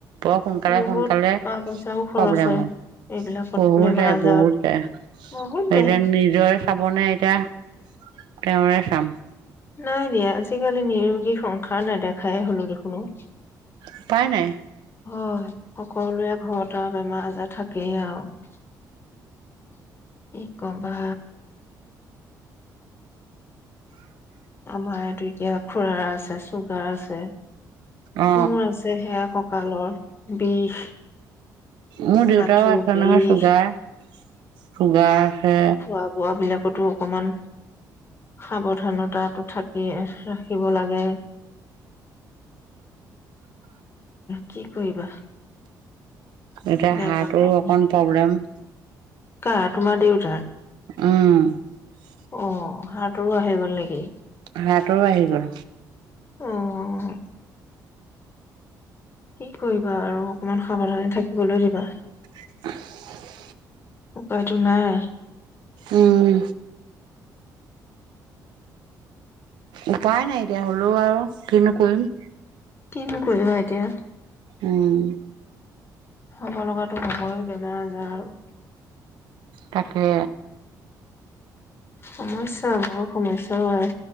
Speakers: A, on the right; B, on the left.
A: বৰ সোনকালে
B: বহুত
A: সোনকালে
B: টকা পইচাও খৰচ
A: প্ৰব্লেম হয়
B: এইবিলাকত
A: বহুত
B: বেমাৰ
A: যায়
B: আজাৰত
A: বহুত যায়
B: বহুত
A: <unintelligible>
B: যায়
A: হবনে এতিয়া তেওঁৰে চাম
B: নাই দিয়া। আজিকালি নিৰোগী সংসাৰ নেদেখাই হলো দেখোনো অ।
A: উপাই নাই।
B: হয়', সকলোৱে ঘৰত আৰু বেমাৰ আজাৰ থাকেই আৰু কি কবা আমাৰ টো এতিয়া খুৰাৰ আছে চুগাৰ আছে।
A: অ
B: মোৰ আছে সেয়া কঁকালৰ। বিষ।
A: মোৰ দেউতাৰো
B: আঁঠুৰ
A: আছে
B: বিষ।
A: নহয় চুগাৰ। চুগাৰ আছে
B: খোৱা বোৱা বিলাকতো অকমান সাৱধানতাটো থাকি ৰাখিব লাগে, কি কৰিবা?
A: এতিয়া
B: বেমাৰ
A: হাৰ্টৰ
B: কাৰণে।
A: অকন প্ৰব্লেম।
B: কাৰ? তোমাৰ দেউতাৰ?
A: ও',
B: অ হাৰ্টৰো আহি গ'ল নেকি?
A: হাৰ্টৰো আহি গ'ল
B: অ' কি কৰি বাৰু অকণমান সাৱধানে থাকিবলৈ দিব। <unintelligible>
A: <inaudible>
B: উপাইটো নাই।
A: উম', উপায় নাই এতিয়া হ'লেও আৰু কিনো কৰিম।
B: কিনো কৰিবা এতিয়া?
A: উম',
B: হব লগাটো হবয়ে বেমাৰ আজাৰ আৰু
A: তাকে।
B: সমস্যা বৰ সমস্যা ও আই,